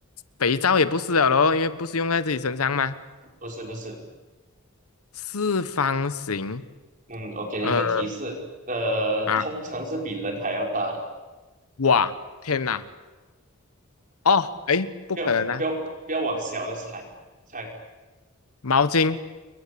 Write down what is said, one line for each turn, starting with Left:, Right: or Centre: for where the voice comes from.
Left: 肥皂也不是了咯，因为不是用在自己身上吗？
Right: 不是不是，
Left: 四方形，
Right: 嗯，我给你一个提示，
Left: 呃
Right: 呃，
Left: 啊，
Right: 通常是比人还要大的，
Left: 哇，天哪，哦，诶，不可能啊！
Right: 不要不要不要往小的猜猜，
Left: 毛巾